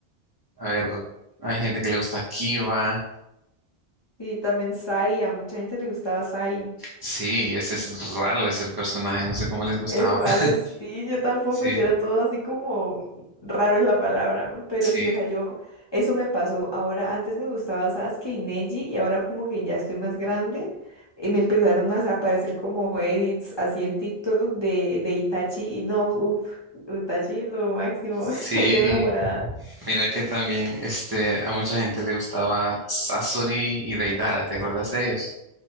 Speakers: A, on the right; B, on the left.
A: a ver, hay gente que le gusta Kiba.
B: sí, también Sai, a mucha gente le gustaba Sai.
A: Sí, ese es raro ese personaje, no sé cómo les gustaba.
B: Es raro,
A: <laughs>
B: sí, yo tampoco,
A: Sí,
B: si era todo así como raro es la palabra, pero
A: sí,
B: sí, o sea, yo, eso me pasó. Ahora, antes me gustaba Sasuke y Neji, y ahora como que ya estoy más grande, y me empezaron a aparecer como edits así en TikTok de, de Itachi, y no, uff, Itachi lo máximo,
A: sí.
B: <laughs> yo enamorada.
A: Mira que también este, a mucha gente le gustaba Sasori y Deidara, ¿te acordás de ellos?